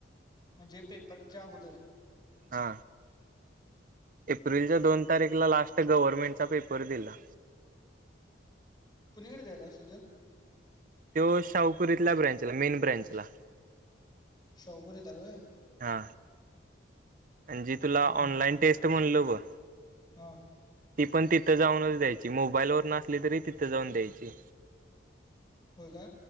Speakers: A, on the left (about 20°); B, on the right (about 45°).
A: म्हणजे पेपरच्या अगोदर
B: हा एप्रिलच्या दोन तारीखला लास्ट गव्हर्नमेंटचा पेपर दिला
A: कुणीकडे दयेत सधन
B: तो साावकुरीतल्या ब्रँचला मेन ब्रँचला
A: शावपुरे आहे वय
B: हा जी तुला
A: हा
B: ऑनलाइन
A: हा
B: टेस्ट म्हणल ग
A: हा
B: ती पण तिथं जाऊनच द्यायची मोबाईल वर नसली तरी तिथं जाऊन द्यायची
A: होय का?